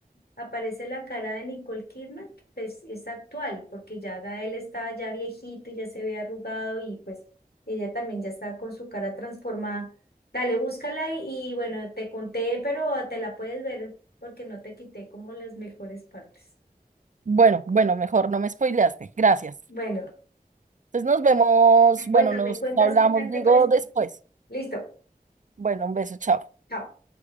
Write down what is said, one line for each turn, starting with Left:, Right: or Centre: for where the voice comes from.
Left: aparece la cara de Nicole Kidman, que pues es actual, porque ya Gael estaba ya viejito, y ya se ve arrugado y pues ella también ya está con su cara transformada. Dale, búscala y, y bueno, te conté, pero te la puedes ver porque no te quité como las mejores partes.
Right: Bueno, bueno, mejor no me spoileaste. Gracias.
Left: Bueno,
Right: Entonces nos vemos,
Left: me
Right: bueno,
Left: cuentas,
Right: nos
Left: me cuentas
Right: hablamos,
Left: qué tal
Right: digo,
Left: te parece.
Right: después.
Left: Listo,
Right: Bueno, un beso, chao.
Left: chao.